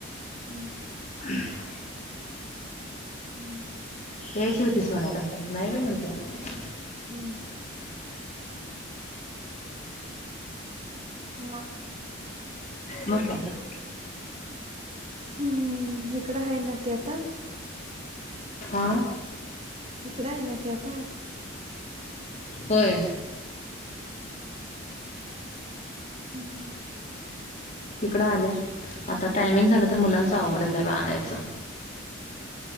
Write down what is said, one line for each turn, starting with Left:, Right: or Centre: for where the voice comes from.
Right: हम्म
Left: हम्
Right: हम्
Left: यायची होतीस म्हणायला लागली नाही बाई म्हणल
Right: हम् मग
Left: मगं काय
Right: हम्म इकडं आहे ना ती आता
Left: आा
Right: हिकडं आहे ना ती आता
Left: होय
Right: ह ह
Left: इकडं आल्या आता टायमिंग झालं तर मुलांच अवघडच आहे बघ आणायचं